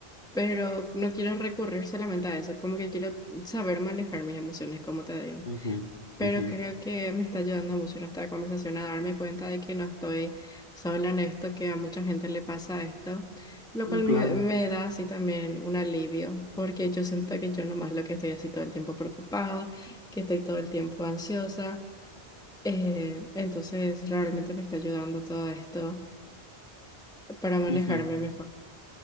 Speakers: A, in the centre; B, on the left.
A: pero no quiero recurrir solamente a eso, como que quiero saber manejar mis emociones, como te digo.
B: Ujú,
A: Pero
B: ujú.
A: creo que me está ayudando mucho nuestra conversación a darme cuenta de que no estoy sola en esto, que a mucha gente le pasa esto, lo
B: Mm,
A: cual
B: Claro.
A: me, me da así también un alivio, porque yo siento que yo nomás lo que estoy así todo el tiempo preocupada, que estoy todo el tiempo ansiosa, eh, entonces realmente me está ayudando todo esto para manejarme
B: ujú.
A: mejor.